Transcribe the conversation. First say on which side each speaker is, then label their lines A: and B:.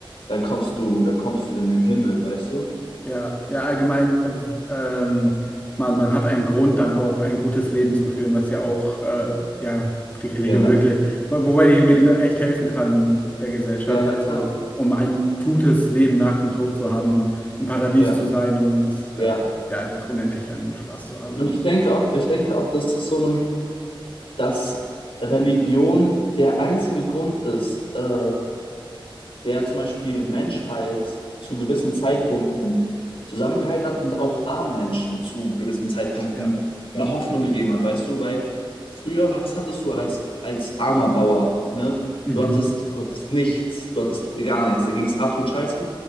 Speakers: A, on the left; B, on the left.
A: dann kommst du, dann kommst du in den Himmel, weißt du?
B: ja, ja, allgemein, äh, w- ähm, man, man hat einen Grund, dann auch ein gutes Leben zu führen, was ja auch, äh, ja, die Religion
A: Ja,
B: wirklich, wo- wobei die Religion echt helfen kann in der Gesellschaft,
A: ja, ja,
B: also
A: klar.
B: um ein gutes Leben nach dem Tod zu haben, um im Paradies
A: Ja,
B: zu sein und
A: ja.
B: äh, ja, einfach unendlich langen Spaß zu haben.
A: Und ich denke auch, ich denke auch, dass es so ein, dass Religion der einzige Grund ist, äh, der zum Beispiel Menschheit zu gewissen Zeitpunkten zusammengehalten hat und auch armen Menschen zu gewissen Zeitpunkten
B: Ja,
A: eine Hoffnung gegeben hat, weißt du? Weil früher, was hattest du als, als armer Bauer, ne?
B: mhm.
A: Du hattest, du hattest nichts, du hattest gar nichts, da ging es absolut scheiße.